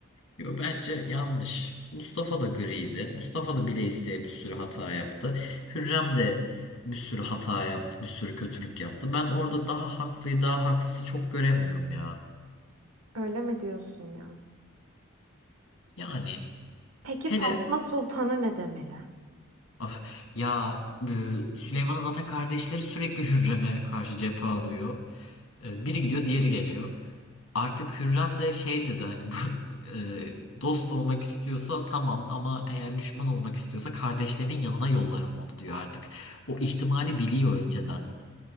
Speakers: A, on the left; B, on the right.
A: Yo, bence yanlış. Mustafa da griydi. Mustafa da bile isteye bir sürü hata yaptı. Hürrem de bir sürü hata yaptı, bir sürü kötülük yaptı. Ben orada daha haklıyı, daha haksızı çok göremiyorum ya.
B: Öyle mi diyorsun ya?
A: Yani
B: Peki
A: hele
B: Fatma Sultan'ı ne demeli?
A: Of. Ya e, Süleyman'ın zaten kardeşleri sürekli Hürrem'e karşı cephe alıyor. E, biri gidiyor, diğeri geliyor. Artık Hürrem de şey dedi hani bu <laughs> e, dost olmak istiyorsa tamam ama eğer düşman olmak istiyorsa kardeşlerinin yanına yollarım onu diyor artık. O ihtimali biliyor önceden.